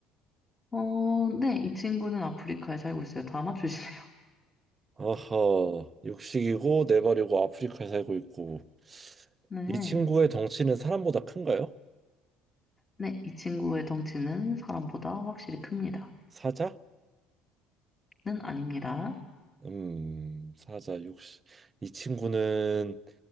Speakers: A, on the left; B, on the right.
A: 어, 네, 이 친구는 아프리카에 살고 있어요. 다 맞추시네요.
B: 아하, 육식이고 네 발이고 아프리카에 살고 있고
A: <laughs> 네.
B: 이 친구의 덩치는 사람보다 큰가요?
A: 네, 이 친구의 덩치는 사람보다 확실히 큽니다.
B: 사자?
A: 는 아닙니다.
B: 음, 사자 육시이 친구는